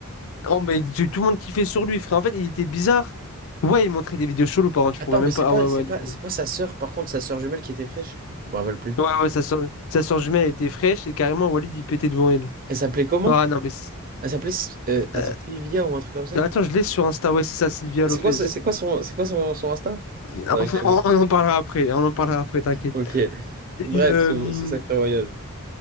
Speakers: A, on the left; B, on the right.
A: Oh, mais tout tout le monde kiffait sur lui, frère. En fait, il était bizarre. Ouais, il montrait des vidéos cheloues, par contre,
B: Attends,
A: je pourrais même
B: mais c'est
A: pas.
B: pas
A: Ah ouais, ouais,
B: c'est pas
A: non,
B: c'est
A: mais-
B: pas sa sœur par contre sa sœur jumelle qui était fraîche. Je me rappelle plus.
A: Ouais, ouais, sa soeur, sa soeur jumelle, elle était fraîche et carrément, Walid, il pétait devant elle.
B: Elle s'appelait comment?
A: Ah non, mais. c'est-
B: Elle s'appelait S- euh, attends
A: euh,
B: Sylvia ou un truc comme ça?
A: Attends, je l'ai sur Insta, ouais, c'est ça, Sylvia Lopez.
B: C'est quoi c'est c'est quoi son c'est quoi son son Insta?
A: <laughs>
B: Faudrait
A: On,
B: que j'aille
A: on-
B: voir.
A: on en parlera après, on en parlera après, t'inquiète.
B: Ok. Bref,
A: Et, euh,
B: c'est ce sacré voyage.